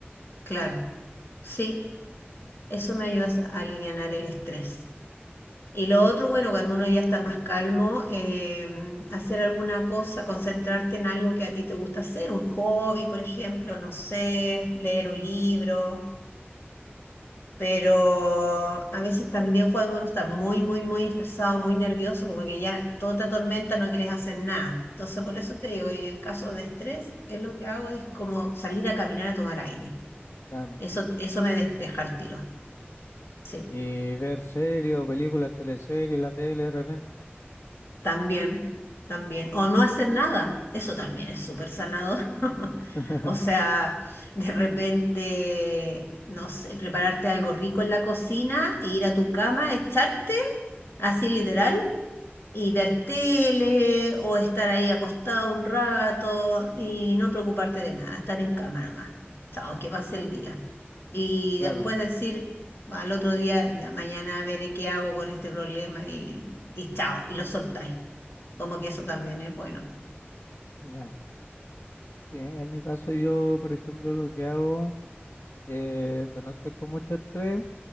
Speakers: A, on the left (about 60°); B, on the left (about 80°).
A: Claro, sí, eso me ayuda a alivianar el estrés. Y lo otro, bueno, cuando uno ya está más calmo, eh, hacer alguna cosa, concentrarte en algo que a ti te gusta hacer, un hobby, por ejemplo, no sé, leer un libro, pero a veces también cuando uno está muy, muy, muy estresado, muy nervioso, como que ya toda te atormenta, no quieres hacer nada. Entonces, por eso te digo, en caso de estrés, es lo que hago es como salir a caminar a tomar aire.
B: Claro.
A: Eso, eso me despeja el tiro. sí
B: Y ver series o películas, teleseries, la tele de repente.
A: También, también. O no hacer nada, eso también es súper sanador. <laughs>
B: <laughs>
A: O sea, de repente, no sé, prepararte algo rico en la cocina e ir a tu cama, echarte, así literal, y ver tele o estar ahí acostado un rato y no preocuparte de nada, estar en cama nomás. Chao, que pase el día. Y
B: Claro,
A: después decir al otro día, ya mañana veré qué hago con este problema y, y chao, y lo soltáis. Como que eso también es bueno.
B: ya. Sí, en mi caso yo, por ejemplo, lo que hago eh, cuando estoy con mucho estrés,